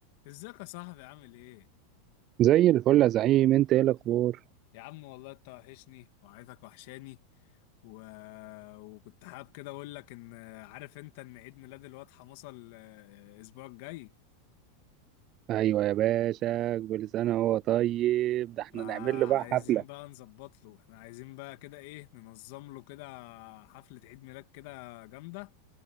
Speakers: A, on the left; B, on the right.
A: ازيك يا صاحبي عامل ايه؟
B: زي الفل يا زعيم انت ايه الاخبار
A: يا عم والله انت وحشني وعيلتك وحشاني و... وكنت حابب كده اقول لك ان عارف انت ان عيد ميلاد الواد حمصة ال- الاسبوع الجاي
B: ايوه يا باشا كل سنه وهو طيب ده احنا
A: فعايزين
B: نعمل له بقى حفله
A: بقى نظبط له احنا عايزين بقى كده ايه ننظم له كده حفلة عيد ميلاد كده جامدة